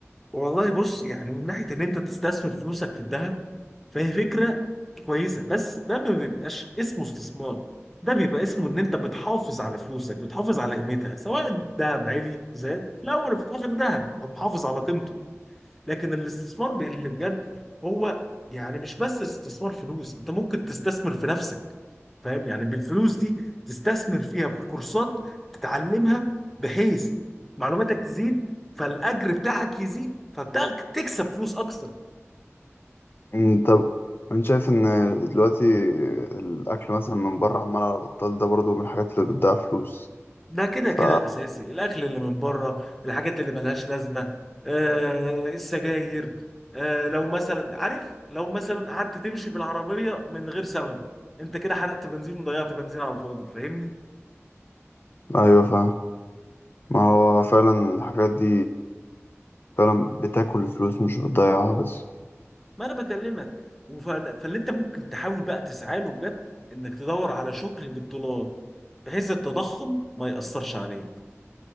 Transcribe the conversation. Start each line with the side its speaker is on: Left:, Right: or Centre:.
Centre: والله بص يعني من ناحيه ان انت تستثمر فلوسك في الذهب فهي فكره كويسه بس ده ما بيبقاش اسمه استثمار ده بيبقى اسمه ان انت بتحافظ على فلوسك بتحافظ على قيمتها سواء الذهب عالي زاد في الاول وفي الاخر ذهب محافظ على قيمته لكن الاستثمار ب- اللي بجد هو يعني مش بس استثمار فلوس انت ممكن تستثمر في نفسك فاهم يعني بالفلوس دي تستثمر فيها في كورسات تتعلمها بحيث معلوماتك تزيد فالاجر بتاعك يزيد فتكسب فلوس اكتر
Left: مم، طب أنا شايف إن دلوقتي الأكل مثلا من بره عمال على بطال ده برضه من الحاجات اللي بتضيع فلوس
Centre: ده كده
Left: ف
Centre: كده اساسي الاكل اللي من بره الحاجات اللي ملهاش لازمه آه السجاير آه لو مثلا عارف لو مثلا قعدت تمشي بالعربيه من غير سبب انت كده حرقت بنزين وضيعت بنزين على الفاضي فاهمني
Left: أيوة فاهم ما هو فعلا الحاجات دي فعلا بتاكل الفلوس مش بتضيعها بس
Centre: ما انا بكلمك وف- فاللي انت ممكن تحاول بقى تسعى له بجد انك تدور على شغل بالدولار بحيث التضخم ما يأثرش عليك